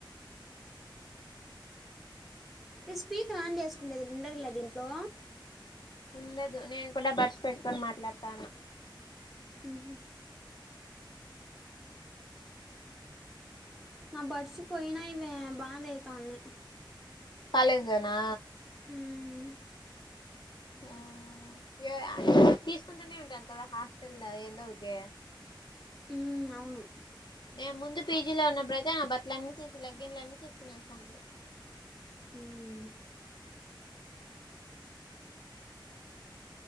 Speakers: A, in the centre; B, on the left.
A: ఈ స్పీకర్ ఆన్ చేసుకుండేది ఉండదులా దీంట్లో
B: ఉండదు నేను కూడా బర్డ్స్ పెట్టుకొని మాట్లాడతాన
A: మ్మ్ హ్మ్ నా బడ్సు పోయినాయివే బాధ అయితాంది
B: కాలేజ్ లోనా
A: మ్మ్
B: మ్మ్ ఏ తీసుకుంటానే ఉంటారు కదా హాస్టల్లో ఏదోటి
A: మ్మ్ అవును
B: నేను ముందు పీజీలో ఉన్నబుడయితే నా బట్టల అన్నీ తీ లెగ్గిన్లన్నీ తీసుకునేసినారు.
A: మ్మ్